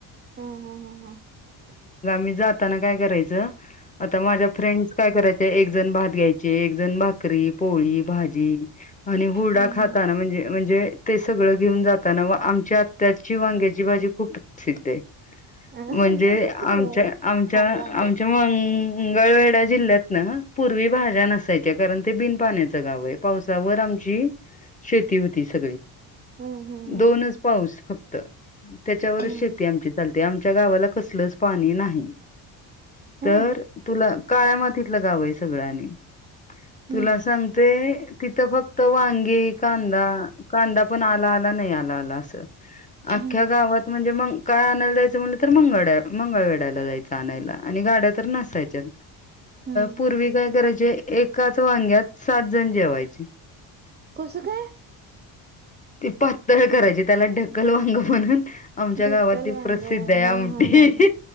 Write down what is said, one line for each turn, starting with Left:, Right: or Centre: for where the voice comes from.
Right: हम्म हम्म हम्म हम्म
Left: म जाताना काय करायच आता माझ्या फ्रेंड काय कराय एक जण भात घ्यायचे एकण भात पोळी भाजी आणि हुरडा
Right: हा
Left: खाताना म्हणजे म्हणजे ते सगळं घेऊन जाताना व आमच्या त्याची वांग्याची भाजी खूप प्रसिद्ध आहे
Right: हा.
Left: म्हणजे आमच्या
Right: होय
Left: आमच्या
Right: खार वांग
Left: आमच्या म उंगाळवेडा जिल्ह्यात ना पूर्वी भाज्या नसायच्या कारण ते बिन पाण्याचं गाव आहे पावसावर आम शेती होती स
Right: हम्म हम्म
Left: दोनच पाऊस फक्त त्याच्यावरच
Right: हम्म.
Left: शेती आमची चालते आमच्या गावाला कसलच पाणी नाही
Right: हम्म
Left: तर
Right: हम्म
Left: तुला काळ्यामातीतलं गाव आहे सगळ्यांनी
Right: हम्म
Left: तुला सांगते कि फक्त वांगी कांदा कांदा पण आला आला नाही आला आला अस
Right: हम्म
Left: ह गावात म्हणजे म काय आणायला जायचं म्हटलं तर मंगळ मंगळवे आणाय आणि गाड्या तर नसायच्या
Right: हम्म.
Left: पूर् काय करा म्हणजे एकाच वांग्यात सात जण जेवायचे
Right: कसं काय
Left: ते पातळ करायचे त्याला ढकल वांग म्हनून आमच्या
Right: ढक्कल
Left: गावात त
Right: वांग
Left: प्रसिद्ध आहे आमठी
Right: हा हा हा हा.